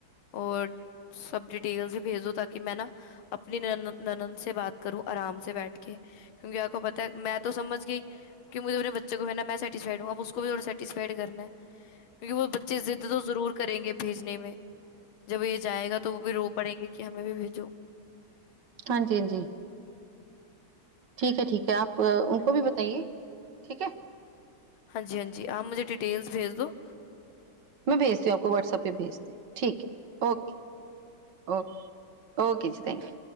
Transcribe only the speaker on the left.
ਔਰ ਸਭ ਡਿਟੇਲਸ ਵੀ ਭੇਜ ਦੋ ਤਾਂਕੀ ਮੈਂ ਨਾ ਆਪਣੀ ਨਾਨਦ ਬਾਤ ਕਰੂੰ ਆਰਾਮ ਬੈਠ ਕੇ ਕਿਉਂਕਿ ਆਪ ਪਤਾ ਹੈ ਮੈਂ ਤਾਂ ਸਮਝ ਗਈ ਕਿਉਂ ਮੇ ਆਪਣੇ ਬੱਚੇ ਕੋ ਨਾ ਮੈਂ ਸੈਟਿਸਫਾਈਡ ਹੂੰ ਉਸ ਵੀ ਥੋੜਾ ਸੈਟਿਸਫਾਈਡ ਕਰਨਾ ਹੈ। <unintelligible> ਕਿਉਂਕਿ ਉਹ ਬੱਚੇ ਜ਼ਿੱਦ ਤੋਂ ਜ਼ਰੂਰ ਕਰੇਗੇ। ਭੇਜਨੇ ਮੈਂ, ਜਬ ਇਹ ਜਾਏਗਾ ਤਾਂ ਉਹ ਵੀ ਰੋ ਪੜੇਗੀ। ਕਿ ਹਮੇਂ ਵੀ ਬੇਜੋ,
ਹਾਂਜੀ-ਹਾਂਜੀ ਆਪ ਮੁਝੇ ਡਿਟੇਲਸ ਭੇਜ ਦੋ,